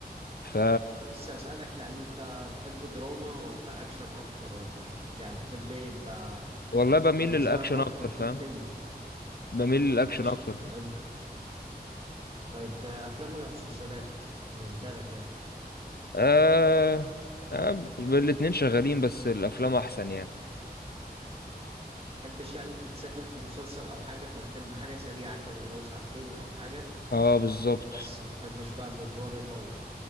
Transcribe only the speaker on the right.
لسه اسالك يعني انت تحب دراما ولا اكشن اكتر ولا يعني تحب ايه يبقى
بالنسبه
لك اكتر
في الفيلم
اكشن
حلو طيب آه، افلام ولا مسلسلات بالنسبه لك ايه
تحبش يعني تتسحل في مسلسل او حاجه فبتحب حاجه سريعه كده اللي هو ساعتين او حاجه
بس متحبش بقى إن الحوار يطول